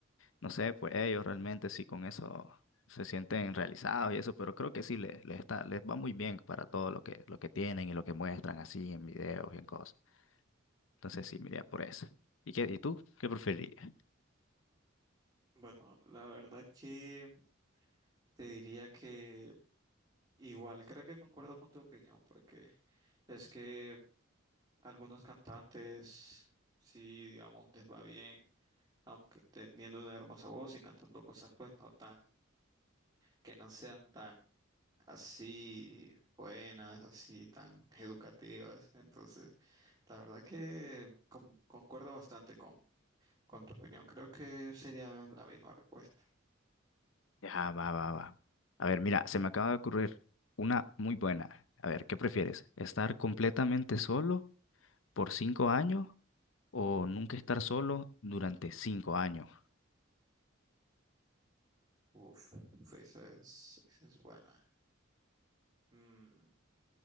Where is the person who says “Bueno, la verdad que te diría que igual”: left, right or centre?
Right